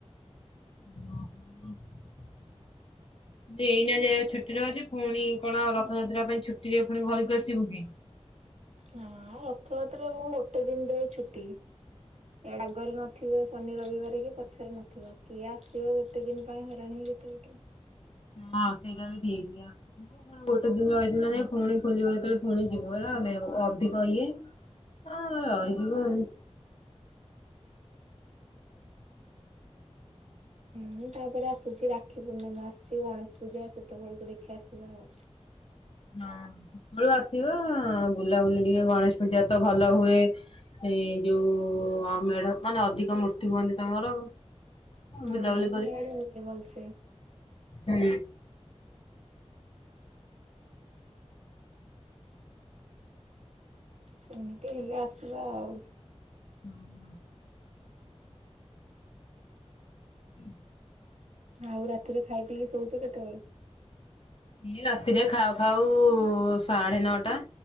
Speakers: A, on the left (about 55°); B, on the right (about 80°).
A: ନ କିନ୍ତୁ ଏଇନା ଯାଏ ଛୁଟିରେ ଅଛି ପୁଣି କଣ ଆଉ ରଥଯାତ୍ରା ପାଇଁ ଛୁଟିରେ ପୁଣି ଘରକୁ ଆସିବୁ କି?
B: ହଁ ରଥଯାତ୍ରା କଣ ଗୋଟେ ଦିନ ଦେବେ ଛୁଟି ଏଡାଗରେ ନଥିବେ ଶ୍ ଶନି ରବିବାର କି ପଛରେ ନଥିବା, କିଏ ଆସିବ ଗୋଟେ ଦିନ ପାଇଁ ହଇରାଣ ହେଇକି ଏତେ ବାଟରୁ?
A: ହଁ ସେଇଟା ବି ଠିକି କଥା। ମୁଁ ଫୁଣି ଗୋଟେ ଦିନ ରହିଥିବି ନା ନାଇଁ ପୁଣି ଖୋଲିବ ଯେତେବେଳେ ଫୁଣି ଯିବ <unintelligible> ଅଧିକ ଇଏ ହଁ ରହିଯିବ ଆଉ।
B: ହୁଁ ତାପରେ ଆସୁଛି ରାକ୍ଷୀ ପୂର୍ଣ୍ଣିମା ଆସୁଛି ଗଣେଶ ପୂଜା ସେତେବେଳକୁ ଦେଖିଆ ଆସିବା ଆଉ
A: ହଁ ସେତେବେଳେ ଆସିବ ବୁଲାବୁଲି ଟିକେ ଗଣେଶ ପୂଜା ତ ଭଲ ହୁଏ ଏଇ ଯୋଉ ଅ ମେଢ ମାନେ ଅଧିକ ମୂର୍ତ୍ତି ହୁଅନ୍ତି ତାଙ୍କର
B: ହଁ
A: ବୁଲାବୁଲି କରିବି
B: ଇଆଡେ ହୁଏ ଭଲସେ।
A: ହୁଁ।
B: ସେମିତି ହେଲେ ଆସିବା ଆଉ।
A: ହଁଁ ହୁଁ
B: ଆଉ ରାତିରେ ଖାଇ ପିଇକି ଶୋଉଚ କେତେବେଳେ?
A: ଇଏ ରାତିରେ ଖାଉ ଖାଉ ସାଢେ ନଅଟା।